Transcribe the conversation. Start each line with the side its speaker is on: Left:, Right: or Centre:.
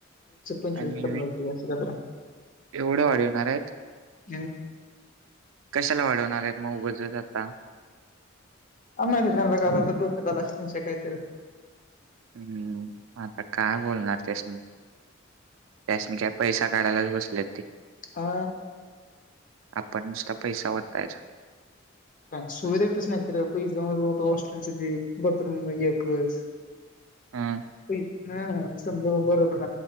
Left: पंचवीस
Right: आणि
Left: करणार सत
Right: एवढं वाढवणार आहेत
Left: हम्
Right: कशाला वाढवणार आहेत मग उगजच आता
Left: आम मात <unintelligible> डोक्यात आला असेल काय तर
Right: हम्म आता काय बोलणार त्यासनी त्यासनी काय पैसा काढायलाच बसले ते?
Left: हा
Right: आपण नुसता पैसा वतायच
Left: काय सुविधा तच नाही तर पैसेत हॉस्टेलच्या ते बाथरूम एक त
Right: हम्म
Left: ह समजा म बर पण